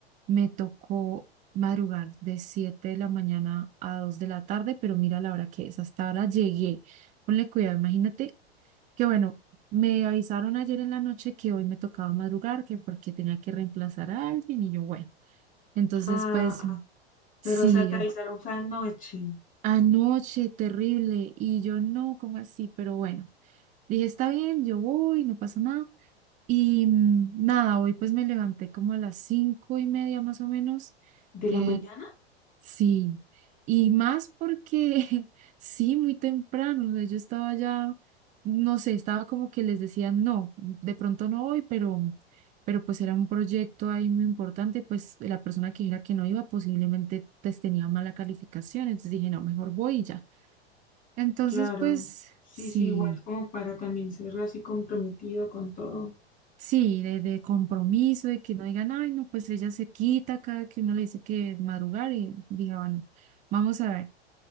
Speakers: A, on the right (about 25°); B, on the left (about 25°).
A: me tocó madrugar de 7 de la mañana a 2 de la tarde, pero mira la hora que es, hasta ahora llegué. Ponle cuidado, imagínate que bueno, me avisaron ayer en la noche que hoy me tocaba madrugar, que porque tenía que reemplazar a alguien y yo bueno, entonces
B: Ah,
A: pues...
B: pero
A: Sí,
B: o sea, te avisaron fue anoche.
A: Anoche, terrible. Y yo no, como así? Pero bueno, dije, está bien, yo voy, no pasa nada. Y mm, nada, hoy pues me levanté como a las cinco y media más o menos.
B: ¿De
A: Eh,
B: la mañana?
A: sí. Y más porque <laughs> sí, muy temprano. o sea, yo estaba ya, no sé, estaba como que les decía, no, de pronto no voy, pero, pero pues era un proyecto ahí muy importante. Pues la persona que era que no iba posiblemente pues, tenía mala calificación. Entonces dije, no, mejor voy y ya. Entonces,
B: Claro,
A: pues
B: sí,
A: sí,
B: sí, igual como para también ser así comprometido con todo.
A: sí, de, de compromiso, de que no digan, ay, no, pues ella se quita cada que uno le dice que madrugar y diga, bueno, vamos a ver.